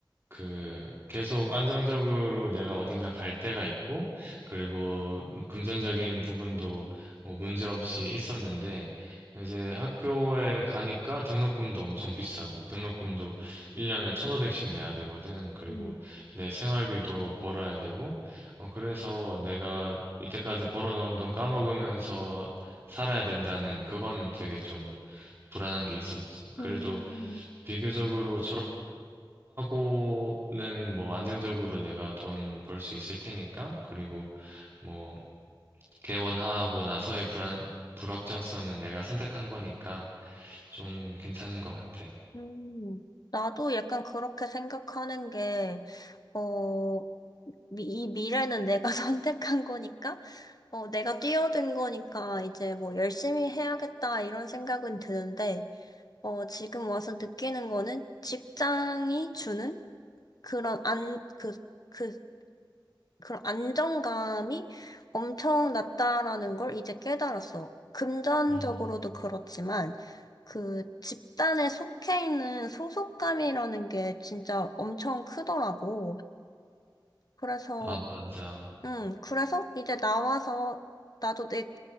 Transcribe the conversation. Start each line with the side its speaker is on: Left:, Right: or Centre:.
Right: 그, 계속 안정적으로 내가 어딘가 갈 때가 있고, 그리고 뭐 금전적인 부분도 뭐 문제 없이 있었는데, 이제 학교에 가니까 등록금도 엄청 비싸고, 등록금도 1년에 1,500씩 내야 되거든. 그리고
Left: 음,
Right: 내 생활비도 벌어야 되고, 어, 그래서 내가 이때까지 벌어놓은 돈 까먹으면서 살아야 된다는 그거는 되게 좀 불안한 게 있었지. 그래도
Left: 음,
Right: 비교적으로 졸업하고는 뭐 안정적으로 내가 돈 벌 수 있을 테니까. 그리고 뭐 개원하고 나서의 불안, 불확정성은 내가 선택한 거니까 좀 괜찮은 것 같아.
Left: 음, 나도 약간 그렇게 생각하는 게, 어, 미- 이 미래는 내가 <laughs> 선택한 거니까, 어, 내가 뛰어든 거니까 이제 뭐 열심히 해야겠다 이런 생각은 드는데, 어, 지금 와서 느끼는 거는 직장이 주는 그런 안, 그, 그 그런 안정감이 엄청 낮다라는 걸 이제 깨달았어. 금전적으로도
Right: 음.
Left: 그렇지만, 그 집단에 속해 있는 소속감이라는 게 진짜 엄청 크더라고. 그래서,
Right: 아, 맞아.
Left: 음, 그래서 이제 나와서 나도 내,